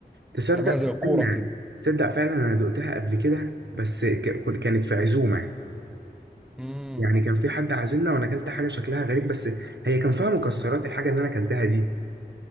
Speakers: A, on the right; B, in the centre.
A: تصدق
B: تعملها زي
A: استنى
B: كوره كده
A: تصدق فعلا انا دقتها قبل كده بس ك- كن- كانت في عزومه
B: امم
A: يعني كان في حد عازمنا وانا اكلت حاجه شكلها غريب بس هي كان فيها مكسرات الحاجه اللي انا اكلتها دي